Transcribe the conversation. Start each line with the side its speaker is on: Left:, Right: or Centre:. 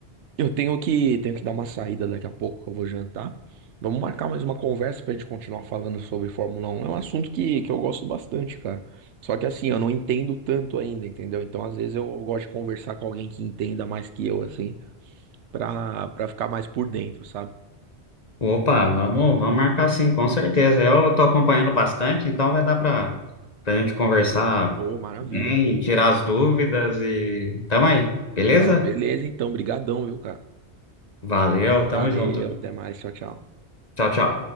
Right: Eu tenho que, tenho que dar uma saída daqui a pouco, que eu vou jantar. Vamos marcar mais uma conversa pra gente continuar falando sobre Fórmula um É um assunto que, que eu gosto bastante, cara. Só que assim, eu não entendo tanto ainda, entendeu? Então, às vezes, eu gosto de conversar com alguém que entenda mais que eu, assim. pra, pra ficar mais por dentro, sabe?
Left: Opa, vamos, vamos marcar sim, com certeza. Eu tô acompanhando bastante, então vai dar para a gente conversar
Right: Ô, maravilha,
Left: bem,
Right: pô.
Left: tirar as dúvidas e tamo aí, beleza?
Right: Não, beleza, então, brigadão, viu, cara?
Left: Valeu,
Right: Valeu,
Left: tamo junto.
Right: até mais, tchau, tchau.
Left: Tchau, tchau.